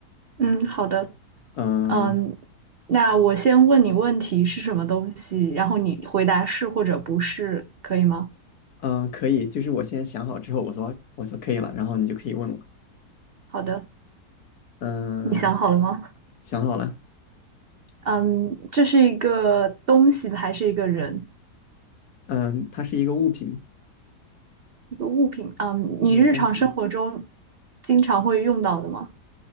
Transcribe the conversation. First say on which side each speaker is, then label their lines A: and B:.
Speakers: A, on the right (about 65°); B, on the left (about 70°).
A: 嗯，好的，
B: 嗯
A: 嗯，那我先问你问题是什么东西，然后你回答是或者不是，可以吗？
B: 嗯，可以，就是我现在想好之后，我说我说可以了，然后你就可以问我。
A: 好的，
B: 嗯，
A: 你想好了吗？
B: 想好了。
A: 嗯，这是一个东西还是一个人，
B: 嗯，它是一个物品，
A: 一个物品？嗯，
B: 对，
A: 你日常生活中
B: 东西。
A: 经常会用到的吗？